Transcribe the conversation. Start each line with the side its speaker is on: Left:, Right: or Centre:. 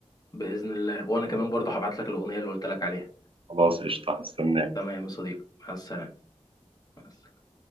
Left: بإذن الله وأنا كمان برضه هبعت لك الأغنية اللي قلت لك عليها
Right: خلاص قشطه استناك
Left: تمام يا صديقي مع السلامة مع السلامة.